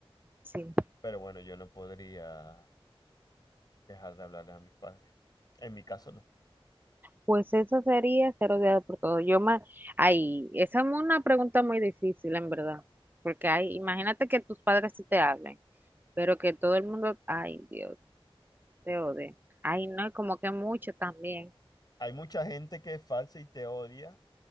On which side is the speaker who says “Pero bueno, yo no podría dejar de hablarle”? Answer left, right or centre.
Left